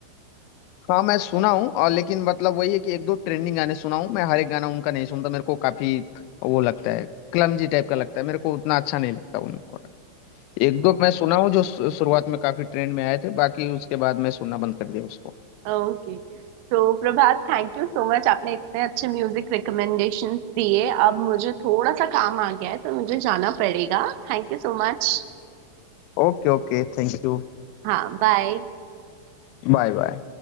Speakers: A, on the left; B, on the right.
A: हाँ मैं सुना हूँ और लेकिन मतलब वही है कि एक दो ट्रेंडिंग गाने सुना हूँ मैं हर एक गाना उनका नहीं सुनता मेरे को काफी वो लगता है क्लमजी टाइप का लगता है मेरे को उतना अच्छा नहीं लगता उनको एक दो मैं सुना हूँ जो शु- शुरुआत में काफी ट्रेंड में आए थे बाकी उसके बाद मैं सुनना बंद कर दिया उसको
B: Okay So Prabhat thank you so much आपने इतने अच्छे म्यूजिक रिकमेंडेशंस दिए अब मुझे थोड़ा सा काम आ गया है तो मुझे जाना पड़ेगा Thank you so much
A: Okay okay thank you
B: हाँ बाय
A: Bye bye